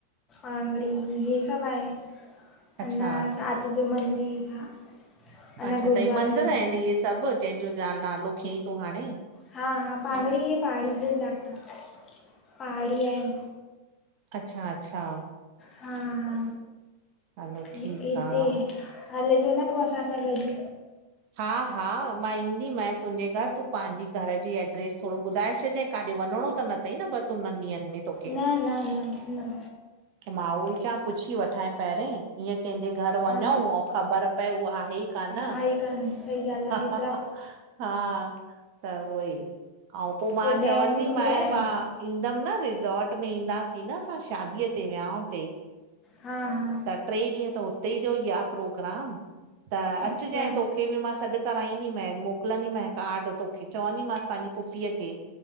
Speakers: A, on the left (about 25°); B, on the right (about 45°).
A: आंगड़ी हे सभु आए।
B: अच्छा
A: अञा कांच जो मंदिरु हा अञा
B: अच्छा
A: गुरुद्वारो
B: त ह मंदिर आहिनि इहे सभु जंहिंजो ज नालो खई तूं हाणे?
A: हा हा भांगड़ी हे पहाड़ी जो इलाइको पहाड़ी आहे।
B: अच्छा अच्छा
A: हा हा
B: हलो
A: हिते
B: ठीकु आहे
A: हलजो न पोइ असां सां गॾु।
B: हा हा मां ईंदी मैइ तुंहिंजे घरु तूं पंहिंजी घर जी एड्रेस थोड़ो ॿुधाए छॾांइ काॾे वञिणो त न थई न बसि हुनननि ॾींहंनि में? तोखे
A: न न न न
B: मां उहो ई च पुछी वठां पहिरियोें ईअं कंहिंजे घर वञूं
A: हा
B: ऐं ख़बर पए उहा आहे हन
A: हा ई कान सही ॻाल्हि आहे
B: हा
A: हेतिरा
B: त उहो ई अऊं पो मां
A: पोइ डैम
B: चवंदी
A: बि
B: मइ
A: आहे
B: मां ईंदमि न रिजोर्ट में ईंदासीं न असां शादीअ ते विहाऊं ते।
A: हा हा
B: त ट्रे ॾींअ त उते जो ई आ प्रोग्राम त
A: अच्छा
B: अचजैंअ तूं- तोखे बि मां सॾु कराईंदी मैइ मोकिलंदी मैइ कार्ड तोखे चवंदीमांस पंहिंजी फुफीअ खे।